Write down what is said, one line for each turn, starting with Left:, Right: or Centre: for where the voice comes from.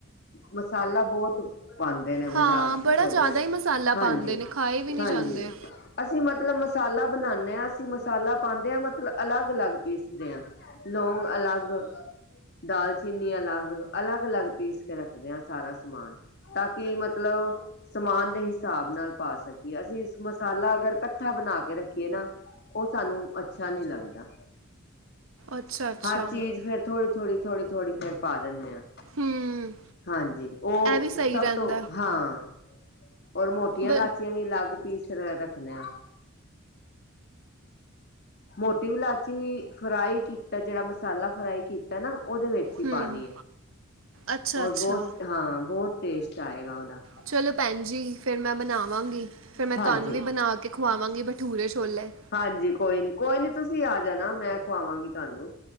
Left: ਮਸਾਲਾ ਬਹੁਤ ਪਾਉਂਦੇ ਨੇ
Right: ਹਾਂ
Left: ਬਜ਼ਾਰ ਦੇ
Right: ਬੜਾ
Left: ਛੋਲਿਆਂ
Right: ਜ਼ਿਆਦਾ
Left: 'ਚ,
Right: ਹੀ ਮਸਾਲਾ
Left: ਹਾਂਜੀ
Right: ਪਾਉਂਦੇ ਨੇ ਖਾਏ ਵੀ ਨਹੀਂ
Left: ਹਾਂਜੀ।
Right: ਜਾਂਦੇ
Left: ਅਸੀਂ ਮਤਲਬ ਮਸਾਲਾ ਬਣਾਉਾਨਦੇ ਹਾਂ, ਅਸੀਂ ਮਸਾਲਾ ਪਾਉਂਦੇ ਹਾਂ ਮਤਲਬ ਅਲੱਗ ਅਲੱਗ ਪੀਸਦੇ ਹਾਂ, ਲੋਂਂਗ ਅਲੱਗ, ਦਾਲ ਚੀਨੀ ਅਲੱਗ, ਅਲੱਗ ਅਲੱਗ ਪੀਸ ਕੇ ਰੱਖਦੇ ਹ ਸਾਰਾ ਸਮਾਨ, ਤਾਂ ਕਿ ਮਤਲਬ ਸਮਾਨ ਦੇ ਹਿਸਾਬ ਨਾਲ ਪਾ ਸਕੀਏ, ਅਸੀਂ ਮਸਾਲਾ ਅਗਰ ਇਕੱਠਾ ਬਣਾ ਕੇ ਰੱਖੀਏ ਨਾ ਉਹ ਸਾਨੂੰ ਅੱਛਾ ਨੀ ਲੱਗਦਾ।
Right: ਅੱਛਾ ਅੱਛਾ
Left: ਹਰ ਚੀਜ਼ ਫੇਰ ਥੋੜ੍ਹੀ ਥੋੜ੍ਹੀ, ਥੋੜ੍ਹੀ ਥੋੜ੍ਹੀ ਫੇਰ ਪਾ ਦਿੰਦੇ ਆਾਂ।
Right: ਹੂੰ
Left: ਹਾਂਜੀ, ਉਹ
Right: ਇਹ ਵੀ ਸਹੀ
Left: ਸਭ
Right: ਰਹਿੰਦਾ
Left: ਤੋਂ ਹਾਂ ਔਰ ਮੋਟੀਆਂ
Right: ਬ
Left: ਲਾਚੀਆਂ ਵੀ, ਅਲੱਗ ਪੀਸ ਰੱਖਣੇ ਆ। ਮੋਟੀ ਵੀ ਲਾਚੀ ਫਰਾਈ ਕੀਤਾ ਜਿਹੜਾ ਮਸਾਲਾ, ਫਰਾਈ ਕੀ ਤਾ ਨਾ ਉਹਦੇ ਵਿੱਚ ਈ
Right: ਹੂੰ
Left: ਪਾਣੀ ਏ,
Right: ਅੱਛਾ
Left: ਔਰ
Right: ਅੱਛਾ
Left: ਬੋਅ ਹਾਂ ਬੋ ਟੇਸਟ ਆਏਗਾ ਉਹਦਾ।
Right: ਚਲੋ ਭੈਣ ਜੀ, ਫੇਰ ਮੈਂ ਬਣਾ ਵਾਂਗੀ ਫੇਰ ਮੈਂ
Left: ਹਾਂਜੀ।
Right: ਤੁਹਾਨੂੰ ਵੀ ਬਣਾ ਕੇ ਖੁਆਵਾਂਗੀ, ਭਠੂਰੇ-ਛੋਲੇ।
Left: ਹਾਂਜੀ ਕੋਈ ਨੀ, ਕੋਈ ਨੀ ਤੁਸੀਂ ਆ ਜਾਣਾ ਮੈਂ ਖੁਆਵਾਂਗੀ ਤੁਹਾਨੂੰ।